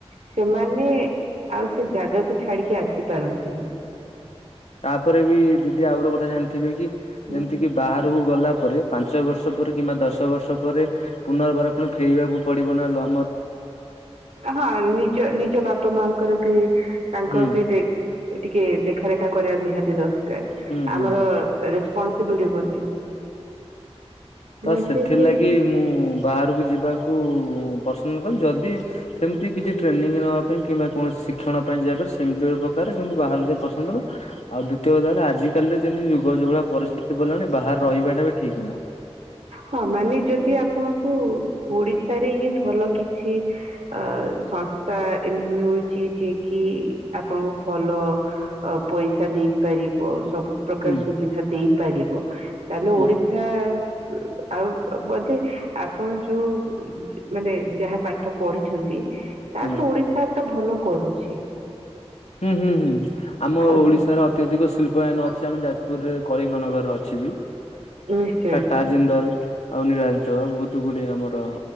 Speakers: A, on the right; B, on the left.
A: ସେମାନେ ଆଉ ସେ ଜାଗାକୁ ଛାଡ଼ିକି ଆସିପାରନ୍ତିନି।
B: ତାପରେ ବି ଦିଦି ଆଉ ଗୋଟେ କଥା ଜାଣିଥିବେ କି
A: ହୁଁ
B: ଯେମିତି କି? ବାହାରକୁ ଗଲା ପରେ ପାଞ୍ଚ ବର୍ଷ ପରେ କିମ୍ବା ଦଶ ବର୍ଷ ପରେ ପୁନର୍ବାର ପୁଣି ଫେରିବାକୁ ପଡିବ ନା ଲ
A: ହଁ ନିଜ ନିଜ ବାପା ମାଙ୍କର ବି ତାଙ୍କର
B: ହୁଁ
A: ବି ଟିକେ ଦେଖାରେଖା କରିବା ନିହାତି ଦରକାର
B: ହୁଁ ହୁଁ
A: ଆମର
B: ହୁଁ
A: ରେସ୍ପନ୍ସବିଲିଟି ବନେ।
B: ତ
A: ନା
B: ସେଥିଲାଗି
A: ସେ ସେ
B: ମୁଁ ବାହାରକୁ ଯିବାକୁ ପସନ୍ଦ କନ୍ତି ଯଦି ସେମିତି କିଛି ଟ୍ରେନିଂ ନେବା ପାଇଁ କିମ୍ବା କୌଣସି ଶିକ୍ଷଣ ପାଇଁ ଯାଇପାର ସେମିତି କିନ୍ତୁ ବାହାରକୁ ଯା ପସନ୍ଦରୁ ଆଉ ଦ୍ୱତୀୟ କର ଆଜିକା ରେ ଯେମତି ଯୁଗଯୁଗଳା ପରିତି ସେ ବିଲଣି ବାହାର ରହିବାଟା ବି ଠିକ ନୁହଁ।
A: ହଁ ମାନେ ଯଦି ଆପଣଙ୍କୁ ଓଡିଶାରେ ହିଁ ଭଲ କିଛି ଅ ସଂସ୍ଥା ଏମିତି ମିଳୁଛି ଯିଏ କିି ଆପଣଙ୍କୁ ଭଲ ଅ ପଇସା ଦେଇପାରିବ ସବୁ ପ୍ରକାର
B: ହୁଁ
A: ସୁବିଧା ଦେଇପାରିବ ତାହେଲେ
B: ହୁଁ
A: ଓଡିଶା ଆଉ ବୋଧେ ଆପଣ ଯୋଉ ମାନେ ଯାହା ପାଠ ପଢିଛନ୍ତି ତା
B: ଆଜ୍ଞା
A: ଦେହେରୁ ଓଡିଶା ତ ଭଲ କରୁଛି।
B: ହୁଁ ହୁଁ ହୁଁ।
A: <unintelligible>
B: ଆମ ଓଡିଶାର ଅତ୍ୟଧିକ ଶିଳ୍ପାୟନ ଅଛି ଆମ ଯାଜପୁରରେ କଳିଙ୍ଗ ନଗର ଅଛି ବି।
A: ନିଶ୍ଚୟ।
B: ଟାଟା ଜିନ୍ଦଲ ଆଉ ନିରାଞ୍ଚଳ ବହୁତ ଗୁଡ଼ିଏ ଆମର